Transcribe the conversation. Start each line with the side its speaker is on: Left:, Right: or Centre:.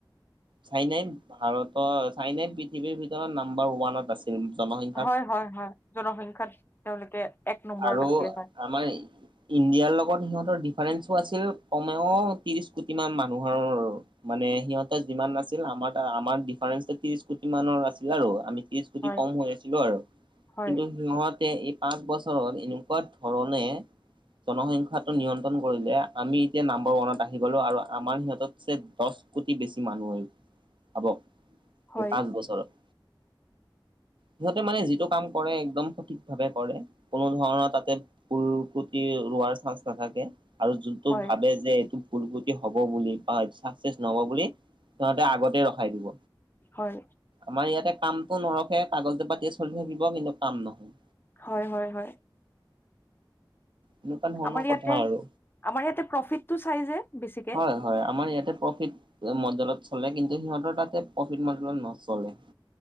Right: চাইনাইত ভাৰতৰ চাইনাইত পৃথিৱীৰ ভিতৰত নাম্বাৰ ওৱানত আছে জমা হৈ
Left: হয়, হয়, হয়, জনসংখ্যাত তেওঁলোকে এক নম্বৰত
Right: আৰু
Left: আছিলে হয়
Right: আমাৰ ইণ্ডিয়াৰ লগত সিহঁতৰ ডিফাৰেন্ঞ্চো আছিল, কমেও ত্ৰিশ কোটি মান মানুহৰ। মানে সিহঁতৰ যিমান নাছিল, আমাৰ আমাৰ ডিফাৰেন্সো ত্ৰিশ কোটি মানৰ আছিল আৰু আমি ত্ৰিশ
Left: হয়
Right: যি কম হৈ আছিলো আৰু,
Left: হয়
Right: কিন্তু সিহঁতে এই পাঁচ বছৰ এনেকুৱা ধৰণে জনসংখ্যাটো নিয়ন্ত্ৰণ কৰিলে, আমি এতিয়া নাম্বৰ ওৱানত আহি গ'লো আৰু আমাৰ সিহঁতচে দহ কোটি বেছি মানুহ হৈ গ'ল, ভাবক
Left: হয়
Right: এই পাঁচ বছৰত। সিহঁতে মানে যিটো কাম কৰে, একদম সঠিকভাৱে কৰে। কোনো ধৰণৰ তাতে ভুল ক্ৰুটি ৰোৱাৰ চান্স নাথাকে। আৰু যোনটো
Left: হয়
Right: ভাবে যে এইটো - ভুল ক্ৰুটি হ'ব বুলি বা চাকচেছ নহব বুলি সিহতে আগতেই ৰখাই দিব।
Left: হয়।
Right: আমাৰ ইয়াতে কামটো নৰখে, কাগজে পাতিয়ে চলি থাকিব, কিন্তু কাম নহয়।
Left: হয়, হয়, হয়।
Right: এনেকুৱা ধৰণৰ
Left: আমাৰ ইয়াতে,
Right: কথা আৰু
Left: আমাৰ ইয়াতে প্ৰফিটটো চাই যে বেছিকে।
Right: হয় হয়, আমাৰ ইয়াতে প্ৰফিট মডেলত চলে, কিন্তু সিহঁতৰ তাতে প্ৰফিট মডেলত নচলে।